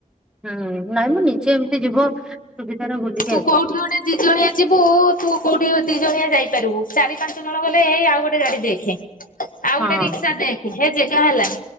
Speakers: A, in the centre; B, on the left.
A: ହୁଁ ନାଇଁ ମ ନିଜେ ଏମିତି ଯିବ। ସୁବିଧାରେ ବୁଲି
B: ତୁ କୋଉଠି ଗୋଟେ ଦି ଜଣିଆ ଯିବୁ ତୁ କୋଉଠି ଦି ଜଣିଆ ଯାଇପାରିବୁ ଚାରି ପାଞ୍ଚ ଜଣ ଗଲେ ଏଇ ଆଉ ଗୋଟେ ଗାଡ଼ି ଦେଖେ। ଆଉ
A: ହଁ।
B: ଗୋଟେ ରିକ୍ସା ଦେଖେ ହେ ଜେଗା ହେଲା।